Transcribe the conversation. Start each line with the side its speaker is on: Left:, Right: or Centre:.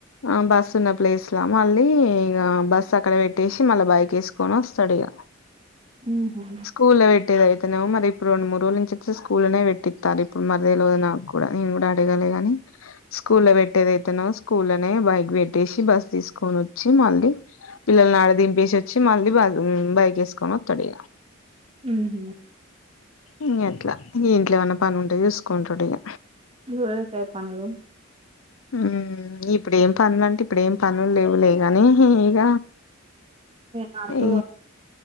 Left: ఆ బస్ ఉన్న ప్లేస్ లా మళ్ళీ ఇగ బస్ అక్కడ పెట్టేసి మళ్ళా బై కేసుకోని వస్తడిగా
Right: మ్ హు
Left: స్కూల్లో పెట్టేది అతేనో మరి ఇప్పుడు రెండు మూడు రోజుల నుంచితే స్కూల్ల్లోనే పెట్టిస్తారిప్పుడు మరి తెల్వదు నాకు కూడా నేను కూడా అడగాలి గాని స్కూల్ లో పెట్టేదైతేనో స్కూ లోనే బైక్ పెట్టేసి బస్ తీసుకొని వచ్చి మళ్ళీ పిల్లల్ని ఆడ దింపేసి వచ్చి మళ్ళీ బ బయకేసుకొని ఒత్తడిగా
Right: మ్ హు
Left: ఇం అట్లా ఇంట్లో ఏమైన్నా పని ఉంటేయ చూసుకుంటోడు ఇగ
Right: వ్యవసాయ పనులు
Left: మ్ ఇప్పుడు ఏం పనులు అండి ఇప్పుడేం పనులు లేవు లేగాని ఇగ
Right: నాట్లు
Left: ఈ